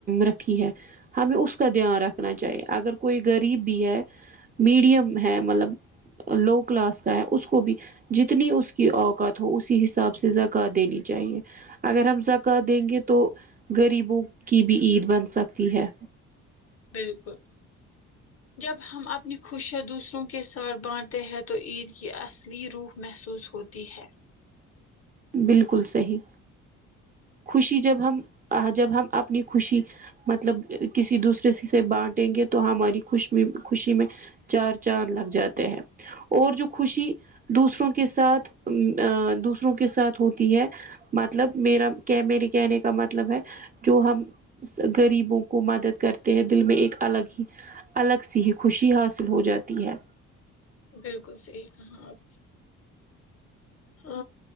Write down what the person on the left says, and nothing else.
بالکل جب ہم اپنی خوشیاں دوسروں کے ساتھ بانٹتے ہیں تو عید کی اصلی روح محسوس ہوتی ہے
بالکل سہی ہی کہا آپ ہ